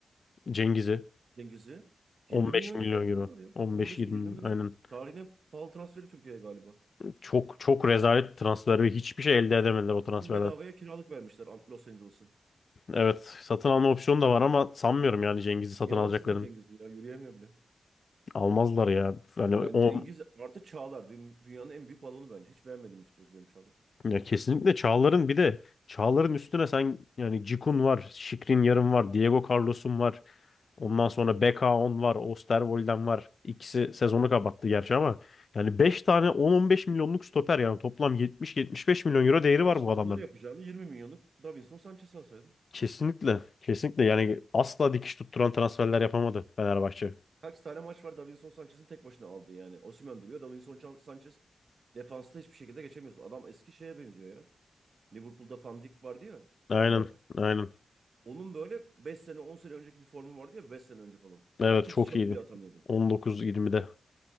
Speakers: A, on the left; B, on the right.
A: Cengiz'i
B: Cengiz'i.
A: 15
B: 20 milyon
A: milyon
B: euroya
A: euro.
B: aldılar ya.
A: 15-20
B: 15 mi 20 mi
A: aynen.
B: ne? Tarihin en pahalı transferi Türkiye'ye galiba.
A: Çok çok rezalet transferi. Hiçbir şey elde edemediler o transferden.
B: Şimdi bedavaya kiralık vermişler Los Angeles'ı.
A: Evet, satın alma opsiyonu da var ama sanmıyorum yani Cengiz'i satın
B: Niye
A: alacaklarını.
B: alsınlar Cengiz'i ya? Yürüyemiyor bile.
A: Almazlar ya. Yani
B: Yani
A: o
B: Cengiz artı Çağlar. Dü- Dünyanın en büyük balonu bence. Hiç beğenmediğim bir futbolcu benim Çağlar.
A: ya kesinlikle Çağlar'ın bir de Çağlar'ın üstüne sen yani Cikun var, yarım var, Diego Carlos'un var. Ondan sonra beka on var, Osterwold'den var. İkisi sezonu kapattı gerçi ama yani 5 tane 10-15 milyonluk stoper yani toplam 70-75 milyon euro değeri
B: Ya
A: var
B: işte
A: bu adamların.
B: bunları yapacağını 20 milyonluk Davinson Sanchez alsaydın.
A: Kesinlikle. Kesinlikle yani asla dikiş tutturan transferler yapamadı Fenerbahçe.
B: Kaç tane maç var Davinson Sanchez'in tek başına aldığı yani. Osimhen duruyor. Davinson Chan- Sanchez defansta hiçbir şekilde geçemiyorsun. Adam eski şeye benziyor ya. Liverpool'da Van Dijk vardı ya.
A: Aynen.
B: Van Dijk.
A: Aynen.
B: Onun böyle 5 sene 10 sene önceki bir formu vardı ya 5 sene önce falan.
A: Evet
B: Kimse
A: çok
B: çalım
A: iyiydi.
B: bile atamıyordu.
A: 19-20'de.